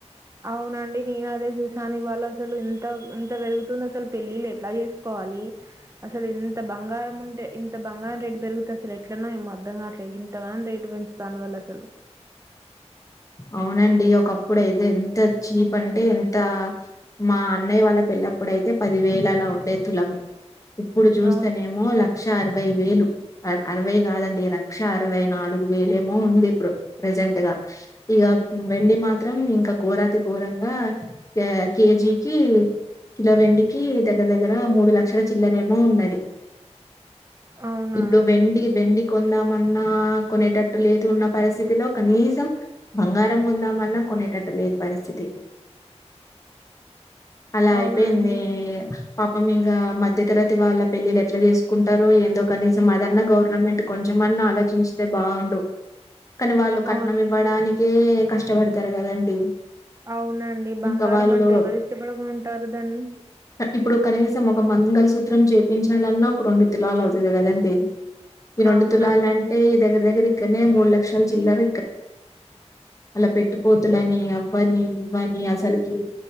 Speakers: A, on the right; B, on the left.
A: అవునండి నేను అదే చూసాను ఇవాళ అసలు ఇంత ఇంత పెరుగుతుంది అసలు పెళ్ళిళ్ళు ఎట్లా చేసుకోవాలి అసలు ఇంత బంగారం ఉంటే ఇంత బంగారం రేటు పెరుగుతుంది అసలు ఎట్లన్నా ఏమో అర్ధం కాట్లే ఇంతగా రేటు పెంచుతాను వాళ్ళు అసలు
B: అవునండి ఒకప్పుడు అయితే ఎంత చీప్ అంటే ఎంత మా అన్నయ్య వాళ్ళ పెళ్ల్లప్పుడయితే పది వేలలా ఉ పండేతులము ఇప్పుడు చూస్తేనేమో
A: అవును
B: లక్ష అరవై వేలు అరవై కాదండి లక్ష అరవై నాలుగు వేలుమో ఉంది ఇప్పుడు ప్రజెంట్గా ఇక వెండి మాత్రం ఇంకా ఘోరాతి ఘోరంగా కేజీకి కిలో వెండికి దగ్గర దగ్గర మూడు లక్షల చిల్లరేమో ఉన్నది
A: అవునా
B: ఇప్పుడు వెండి వెండి కొందామన్నా కొనేటట్టు లేదు ఉన్న పరిస్థితిలో కనీసం బంగారం ఉందామల్ కొన్ని క పరిథితి అలా
A: అవునండి
B: అయిపోయింది పాపం మింక మధ్య తతరతి వాళ్ళ పెళ్ళిలు ఎట్లా చేసుకుంటారు ఏందుోకని మాదన్న గౌరం గవనమెంట్ కొంచెంమన్ని ఆలోచించిస్తే బాగుండు కానీ వాళ్ళు కట్నం
A: అవును
B: ఇవ్వడానికి హ్మ్ కష్టపడతారు కదండి
A: అవునండి బంగారం
B: ఇంకా వాళ్ళు
A: అంటూ ఎవరు ఇష్టపడకుని ఉంటారు దాన్ని
B: ఇప్పుడు కనీసం ఒక మంగళ సూత్రం చేపించాలన్నా రెండు తులాలు అవుతుంది కదండి ఆ రెండు
A: అవునండి
B: తులాాల అంటే ఈ దగ్గర దగ్గర ఇక్కడనే మూడు లక్షల చిల్లర అలా పెట్టుపోతులని బనీ బనీ అసలకి